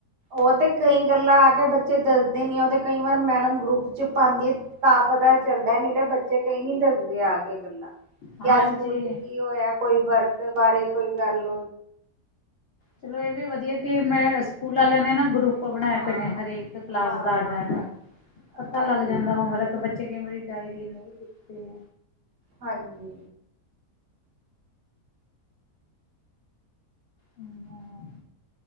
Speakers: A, on the right; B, on the left.
A: ਉਹ ਤੇ ਕਈ ਗੱਲਾਂ ਆ ਕੇ ਬੱਚੇ ਦੱਸਦੇ ਨੀ ਆ ਉਹ ਤੇ ਕਈ ਵਾਰ ਮੈਡਮ ਗਰੁੱਪ ਚ ਪਾਦੀ ਐ। ਤਾਂ ਪਤਾ ਚੱਲਦਾ ਨੋ ਤੇ ਬੱਚੇ ਕਈ ਨੀ ਦੱਸਦੇ ਆ ਕੇ ਗੱਲਾਂ। ਕੀ
B: ਹਾਂਜੀ
A: ਅੱਜ ਸਕੂਲ ਚ ਕੀ ਹੋਇਆ ਕੋਈ ਵਰਕ ਬਾਰੇ ਕੋਈ ਗੱਲ
B: ਚਲੋ ਇਹ ਵੀ ਵਧੀਆ ਕਿ ਮੈਂ ਸਕੂਲ ਵਾਲਿਆਂ ਨੇ ਨਾ ਗਰੁੱਪ ਬਣਾਏ
A: ਹਾਂ,
B: ਪਏ ਨੇ ਹਰੇਕ ਕਲਾਸ
A: ਹਾਂ,
B: ਦਾ ਅੱਡ-ਅੱਡ
A: ਹਾਂ,
B: ਪਤਾ
A: ਹਾਂਜੀ,
B: ਲੱਗ ਜਾਂਦਾ ਹੋਮਵਰਕ ਕਿ ਬੱਚੇ ਕਈ ਵਾਰੀ ਡਾਇਰੀ ਨਈ ਲਿਖਦੇ।
A: ਹਾਂਜੀ।
B: ਹਾਂ,